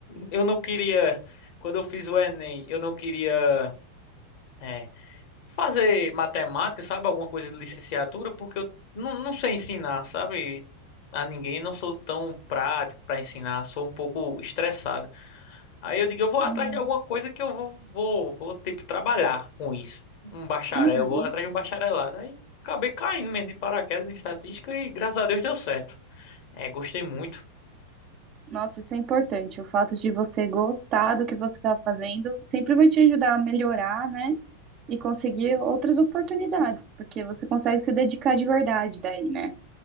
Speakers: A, on the left; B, on the right.
A: Eu, eu não queria, quando eu fiz o Enem, eu não queria é, fazer matemática, sabe? Alguma coisa de licenciatura, porque eu não, não sei ensinar, sabe? A ninguém, não sou tão prático para ensinar, sou um pouco estressado. Aí eu digo, eu vou
B: Uhum.
A: atrás de alguma coisa que eu vou, vou, vou tipo, trabalhar com isso. Um bacharel,
B: Uhum.
A: eu vou atrás de um bacharelado. Aí acabei caindo mesmo de paraquedas em estatística e graças a Deus deu certo. É, gostei muito
B: Nossa, isso é importante. O fato de você gostar do que você está fazendo sempre vai te ajudar a melhorar, né? e conseguir outras oportunidades, porque você consegue se dedicar de verdade daí, né?